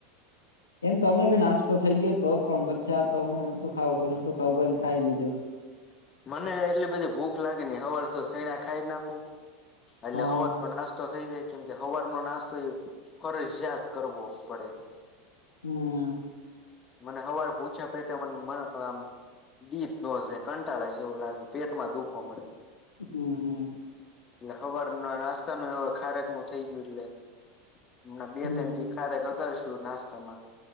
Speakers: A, on the left (about 85°); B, on the left (about 35°).
A: એમ તો અમે ભી નાસ્તો થઈ ગયો હતો પણ પછી આ તો હું નતું ખાવું નતું ખાવું પણ ખાઈ લીધું.
B: મને એટલી બધી ભૂખ લાગે ને હવેર જો શેણા ખાઈ નાખું એટલે
A: હા
B: હવર પણ નાસ્તો થઈ જાય કેમ કે હવાર નો નાસ્તો એ ફરજિયાત કરવો પડે.
A: હમ્મ.
B: મને હવાર પૂછા પે મન મન આમ દીપ જોશે કન કળાએ જેવું લાગે પેટમાં દુખવો મળે.
A: હમ્મ, હમ્મ.
B: એટલે હવાર ના નાસ્તાનું હવે ખારેક નું થઇ ગયું એટલે હમણા બે
A: હમ
B: ત્રણ દી થી ખારે તોશું નાસ્તામાં.